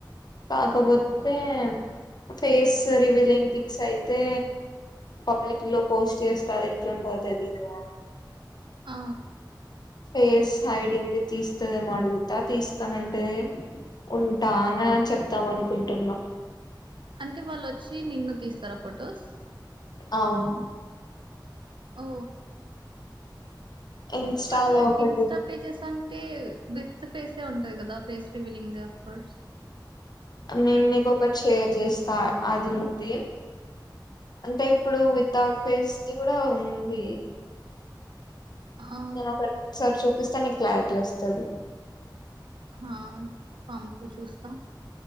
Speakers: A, on the left; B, on the right.
A: కాకపోతే ఫేస్ రివీలింగ్ పిక్స్ అయితే పబ్లిక్ లో పోస్ట్ చేస్తారు ఎట్లుండో తెలిదు
B: ఆ
A: ఫేస్ హైడింగ్ది తీస్తుదమోడుగుతా తీస్తామంటే ఉంటానన చెప్తాం అనుకుంటున్నా
B: అంటే వాళ్ళు వచ్చి నిన్ను తీస్తారా ఫొటోస్
A: అవును
B: ఓ
A: ఇన్స్టాలో
B: అట్లా
A: ఒకటి
B: ఇన్స్టపేజెస్
A: ఉంది.
B: అంట అంటే విత్ ఫేసే ఉంటంది కదా ఫేస్ రివిలింగ్ ద ఆఫ్ కోర్స్
A: నేను నీక ఒకటి షేర్ చేస్తా అది ఉంది అంటే ఇప్పుడు వితౌట్ ఫేస్ కి కూడా ఉంది
B: ఆ,
A: నేను ఒక సారి చూపిస్తా నీకు క్లారిటీ వస్తుంది
B: ఆ పంపు చూస్తా